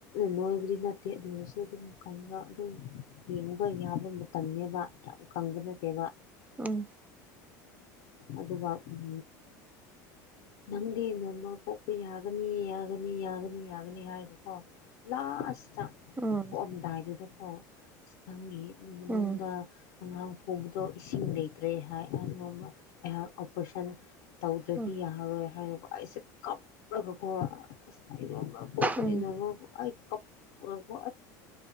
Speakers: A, on the left (about 70°); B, on the right (about 15°).
A: ꯅꯣꯏꯕꯗꯤ ꯅꯠꯇꯦ ꯑꯗꯨ ꯑꯣꯏꯔꯁꯨ ꯑꯗꯨꯝ ꯀꯪꯉ ꯑꯗꯨꯝ ꯌꯦꯡꯕ ꯌꯥꯕ ꯃꯇꯝꯅꯦꯕ ꯌꯥꯝ ꯀꯪꯕ ꯅꯠꯇꯦꯕ
B: ꯎꯝ
A: ꯑꯗꯨꯒ ꯎꯝ ꯅꯪꯗꯤ ꯅꯣꯔꯃꯦꯜ ꯄꯣꯛꯄ ꯌꯥꯒꯅꯤ ꯌꯥꯒꯅꯤ ꯌꯥꯒꯅꯤ ꯌꯥꯒꯅꯤ ꯍꯥꯏꯔꯒꯀꯣ ꯂꯥꯁꯇ
B: ꯎꯝ
A: ꯄꯣꯛꯑꯝꯗꯥꯏꯖꯤꯗ ꯀꯣ ꯑꯁ ꯅꯪꯒꯤ ꯃꯅꯨꯡꯗ
B: ꯎꯝ
A: ꯑꯉꯥꯡ ꯄꯣꯕꯗꯣ ꯏꯁꯤꯡ ꯂꯩꯇ꯭ꯔꯦ ꯍꯥꯏ ꯅꯣꯃ ꯑꯩꯌꯥ ꯑꯣꯄ꯭ꯔꯦꯁꯟ ꯇꯧꯗ꯭ꯔꯗꯤ
B: ꯎꯝ
A: ꯌꯥꯔꯔꯣꯏ ꯍꯥꯏꯔꯦꯕ ꯑꯩꯁꯦ ꯀꯞꯔꯒꯀꯣ ꯑꯩ ꯅꯣꯔꯃꯦꯜ ꯄꯣꯛꯀꯅꯤ
B: ꯎꯝ ꯎꯝ
A: ꯅꯣꯔꯃꯦꯜ ꯑꯩ ꯀꯞꯄꯒꯀꯣ